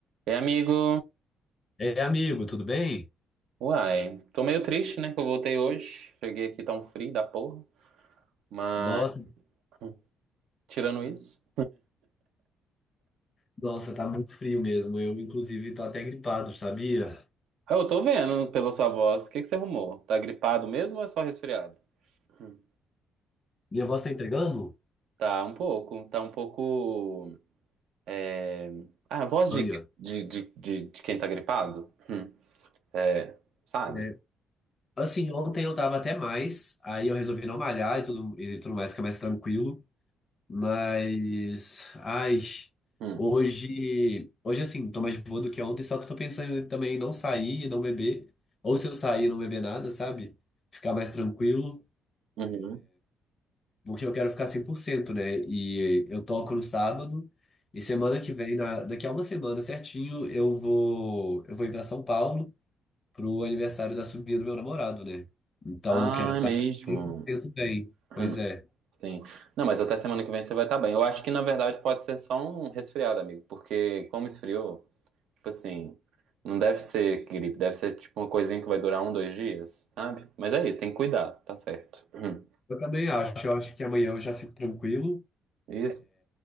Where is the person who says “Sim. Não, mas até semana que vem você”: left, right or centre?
Right